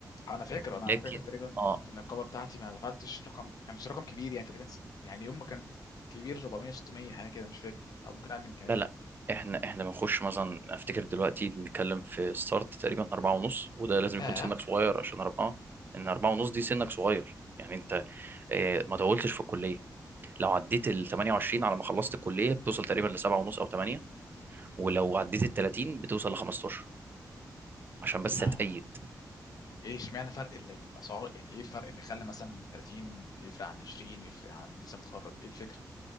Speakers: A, on the left; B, on the right.
A: آه، انا فاكر انا
B: لكن
A: فاكر تقريبا
B: اه
A: في النقابة بتاعتي ما دفعتش رقم كانش رقم كبير يعني تقريبا ست... يعني يوم ما كانت كبير 400 600 حاجة كده مش فاكر او ممكن اقل من كمان
B: لا لا احنا احنا بنخش مثلا افتكر دلوقتي بنتكلم في ستارت تقريبا أربعة ونص وده لازم
A: اه
B: يكون سنك صغير عشان أربعة ان أربعة ونص دي سنك صغير يعني انت آه، ما طولتش في الكليه لو عديت ال 28 على ما خلصت الكليه بتوصل تقريبا ل 7 ونص او 8 ولو عديت ال 30 بتوصل ل 15 عشان
A: طب
B: بس
A: ما-
B: هتأيد
A: ايه اشمعنى فرق ال- الاسعار يعني ايه الفرق اللي خلى مثلا 30 يفرق عن 20 ويفرق عن لسه متخرج ايه الفكرة؟